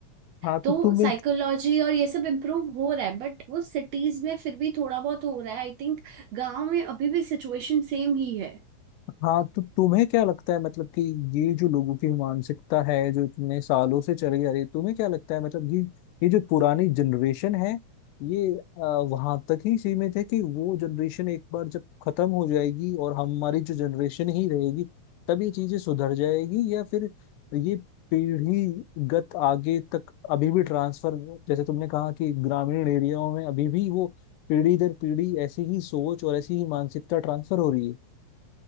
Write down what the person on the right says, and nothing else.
तो
साइकोलॉजी और ये सब इम्प्रूव हो रहा है बट वो सिटीज में फिर भी थोड़ा बहुत हो रहा है आई थिंक गांव में अभी भी सिचुएशन सेम ही है